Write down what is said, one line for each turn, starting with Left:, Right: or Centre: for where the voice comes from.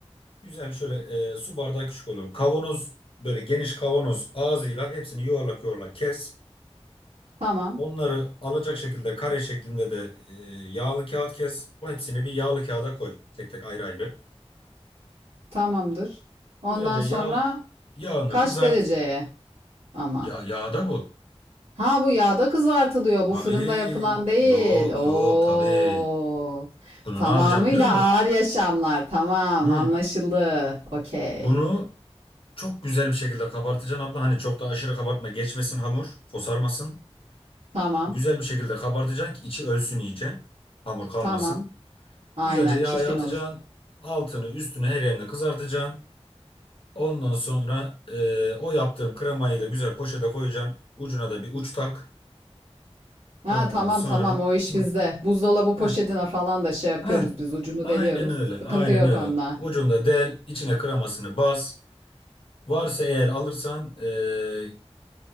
Left: Güzel şöyle e, su bardağı küçük olur. Kavanoz böyle geniş kavanoz ağzıyla hepsini yuvarlak yuvarlak kes.
Right: Tamam.
Left: Onları alacak şekilde kare şeklinde de e, yağlı kağıt kes. Bu hepsini bir yağlı kağıda koy. Tek tek ayrı ayrı.
Right: Tamamdır. Ondan
Left: Güzelce
Right: sonra
Left: yağ yağını
Right: kaç
Left: kızart.
Right: dereceye ama?
Left: Ya yağda bu.
Right: Ha bu yağda kızartılıyor.
Left: Tabii.
Right: Bu fırında yapılan değil.
Left: Yok
Right: Oo.
Left: yok tabii. Bunu
Right: Tamamıyla
Left: ne yapacağım biliyor musun?
Right: ağır yaşamlar. Tamam,
Left: Hmm.
Right: anlaşıldı. Okey.
Left: Bunu çok güzel bir şekilde kabartacaksın abla. Hani çok da aşırı kabartma. Geçmesin hamur. Fosarmasın.
Right: Tamam.
Left: Güzel bir şekilde kabartacaksın ki içi ölsün iyice. Hamur kalmasın.
Right: Tamam. Aynen
Left: Güzelce yağa
Right: çirkin
Left: atacaksın.
Right: olur.
Left: Altını üstünü her yerini kızartacaksın. Ondan sonra e, o yaptığın kremayı da güzel poşete koyacaksın. Ucuna da bir uç tak.
Right: Ha
Left: Ondan
Right: tamam
Left: sonra
Right: tamam o iş
Left: hı,
Right: bizde. Buzdolabı poşetine
Left: heh,
Right: falan da şey yapıyoruz
Left: heh,
Right: biz ucunu
Left: aynen
Right: deliyoruz.
Left: öyle.
Right: Sıkıntı
Left: Aynen
Right: yok
Left: öyle.
Right: onda.
Left: Ucunda del. içine kremasını bas. Varsa eğer alırsan e,